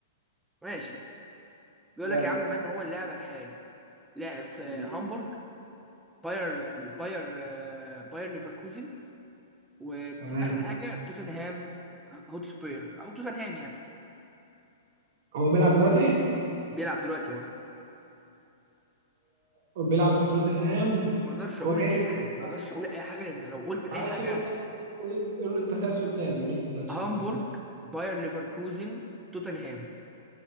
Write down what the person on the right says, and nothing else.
يلا
مم.
تمام
هو بيلعب دلوقتي
هو بيلعب في توتنهام
هو جاي
من
معلش
معلش
قول تاني قول قول قول التسلسل تاني قول التسلسل
تاني